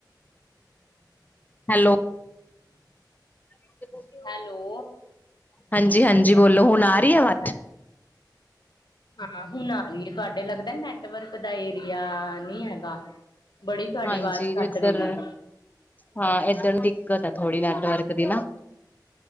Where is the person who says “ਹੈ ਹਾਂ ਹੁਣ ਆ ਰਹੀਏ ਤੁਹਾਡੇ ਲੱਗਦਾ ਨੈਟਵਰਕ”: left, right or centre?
Left